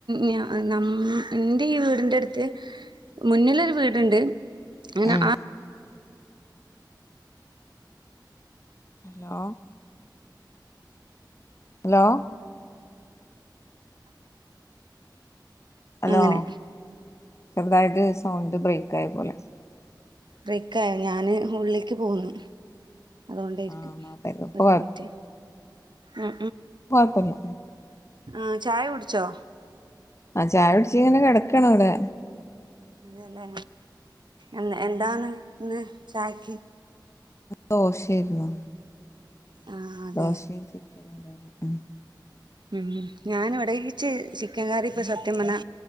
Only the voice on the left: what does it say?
ഉം
ഹലോ ഹലോ ഹലോ
ചെറുതായിട്ട് സൗണ്ട് ബ്രേക്ക് ആയ പോലെ
ആഹ് നാട്ടായിരിക്കും ഇപ്പൊ
കൊയ്പല്ല്യ
ആ ചായ കുടിച്ചിങ്ങനെ കെടക്കാണിടെ
ദോശേര്ന്നു
ദോശയും ചിക്കനുണ്ടായിരുന്നു